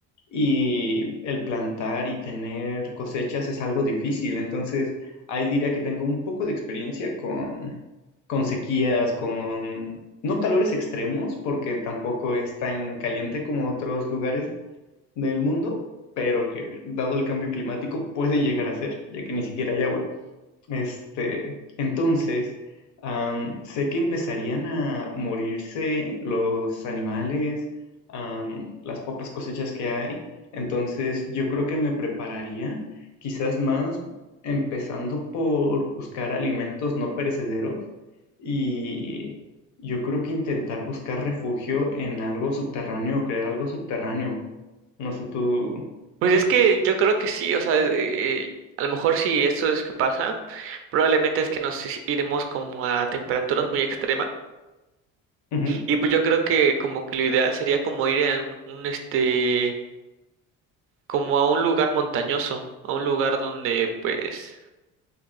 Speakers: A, on the left (about 60°); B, on the right (about 45°).
A: y el plantar y tener cosechas es algo difícil. Entonces, ahí diría que tengo un poco de experiencia con, con sequías, con no calores extremos, porque tampoco es tan caliente como otros lugares del mundo, pero que dado el cambio climático puede llegar a ser, ya que ni siquiera hay agua. Este, entonces, am, sé que empezarían a morirse los animales, am, las pocas cosechas que hay. Entonces, yo creo que me prepararía quizás más empezando por buscar alimentos no perecederos y yo creo que intentar buscar refugio en algo subterráneo o crear algo subterráneo. No sé, tú...
B: Pues es que yo creo que sí, o sea, eh, a lo mejor si esto es que pasa, probablemente es que nos is- iremos como a temperaturas muy extremas
A: Ujú.
B: y pues yo creo que como que lo ideal sería como ir a un este, como a un lugar montañoso, a un lugar donde pues,